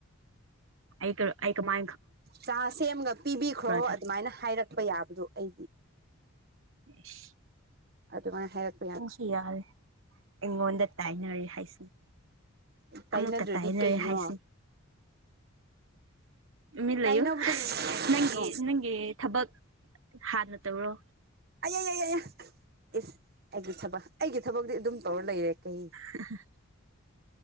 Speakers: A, on the right; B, on the right.
A: ꯑꯩ ꯃꯥ
B: ꯆꯥ ꯁꯦꯝꯃꯥꯒ ꯄꯤꯕꯤꯈ꯭ꯔꯣ
A: ꯊꯛ
B: ꯑꯗꯨꯃꯥꯏꯅ ꯍꯥꯏꯔꯛꯄ ꯌꯥꯕꯗꯣ ꯑꯩꯗꯤ
A: <unintelligible> <inaudible>
B: ꯑꯗꯨꯃꯥꯏꯅ ꯍꯥꯏꯔꯛ
A: ꯅꯪꯁꯨ ꯌꯥꯔꯦ ꯑꯩꯉꯣꯟꯗ ꯇꯥꯏꯅꯥꯔꯦ ꯍꯥꯏꯁꯤꯅꯦ
B: ꯇꯥꯏꯅꯗ꯭ꯔꯗꯤ
A: ꯑꯃꯨꯛꯇ ꯇꯥꯏꯅꯔꯦ
B: ꯀꯩꯅꯣ
A: ꯍꯥꯏꯁꯤ ꯃꯤꯜꯂꯌꯨ
B: ꯇꯥꯏꯅꯕꯗꯨ ꯀꯩꯅꯣ
A: ꯅꯪꯒꯤ ꯅꯪꯒꯤ ꯊꯕꯛ ꯍꯥꯟꯅ ꯇꯧꯔꯣ
B: ꯑꯩꯒꯤ ꯊꯕꯛ ꯑꯩꯒꯤ ꯊꯕꯛꯇꯤ ꯑꯗꯨꯝ ꯇꯧꯔꯥ ꯂꯩꯔꯦ ꯀꯩ
A: <unintelligible>